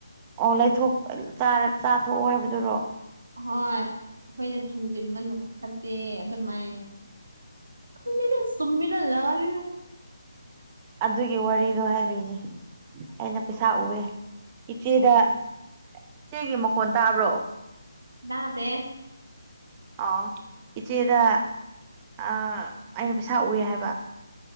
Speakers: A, on the right; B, on the right.
A: ꯑꯣ ꯂꯩꯊꯣꯛ ꯇꯥꯔ ꯆꯥꯊꯣꯛꯑꯣ ꯍꯥꯏꯕꯗꯨꯔꯣ
B: ꯍꯣꯏ ꯑꯈꯣꯏꯗ ꯊꯝꯖꯤꯟꯕ ꯅꯨ ꯐꯠꯇꯦ ꯑꯗꯨꯃꯥꯏ ꯈꯪꯗꯦꯗꯥ ꯆꯨꯝꯃꯤꯔꯥ ꯂꯥꯜꯂꯤꯔꯥ
A: ꯑꯗꯨꯒꯤ ꯋꯥꯔꯤꯗꯣ ꯍꯥꯏꯕꯤꯒꯦ ꯑꯩꯅ ꯄꯩꯁꯥ ꯎꯌꯦ ꯏꯆꯦꯗ
B: ꯎꯝ
A: ꯏꯆꯦꯒꯤ ꯃꯈꯣꯟ ꯇꯥꯕ꯭ꯔꯣ
B: ꯇꯥꯗꯦ
A: ꯑꯣ ꯏꯆꯦꯗ ꯑ ꯑꯩꯅ ꯄꯩꯁꯥ ꯎꯏ ꯍꯥꯏꯕ